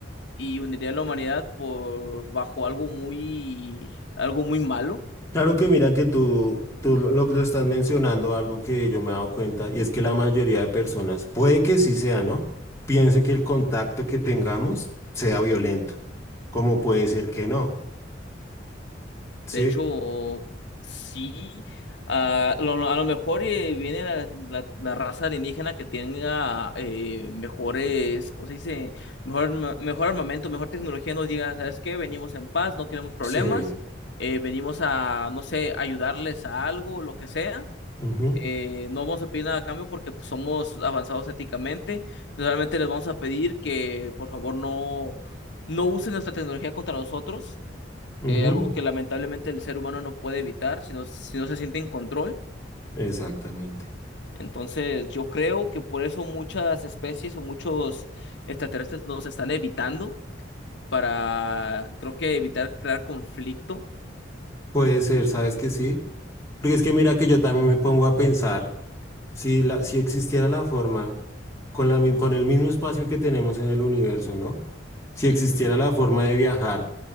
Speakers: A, on the left; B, on the left.
A: y uniría a la humanidad por bajo algo muy, algo muy malo.
B: Claro que mira que tú, tú lo, lo que lo estás mencionando, algo que yo me he dado cuenta, y es que la mayoría de personas, puede que sí sea, ¿no? Piense que el contacto que tengamos sea violento, como puede ser que no, ¿sí?
A: De hecho, sí. ah, lo- lo- a lo mejor eh, viene la, la- la raza alienígena que tenga eh, mejores, ¿cómo se dice? Mejor, ma- mejor armamento, mejor tecnología. Nos diga, ¿sabes qué? Venimos en paz, no queremos problemas.
B: Sí.
A: eh, venimos a, no sé, ayudarles a algo, lo que sea.
B: Ujú,
A: eh, no vamos a pedir nada a cambio porque pues, somos avanzados éticamente. Solamente les vamos a pedir que, por favor, no, no usen nuestra tecnología contra nosotros
B: ujú.
A: eh, algo que lamentablemente el ser humano no puede evitar si no, si no se siente en control.
B: Exactamente.
A: Entonces, yo creo que por eso muchas especies o muchos extraterrestres nos están evitando para, creo que evitar crear conflicto.
B: Puede ser, ¿sabes que sí? Porque es que mira que yo también me pongo a pensar si la, si existiera la forma con la, mi- con el mismo espacio que tenemos en el universo, ¿no? Si
A: Ujú.
B: existiera la forma de viajar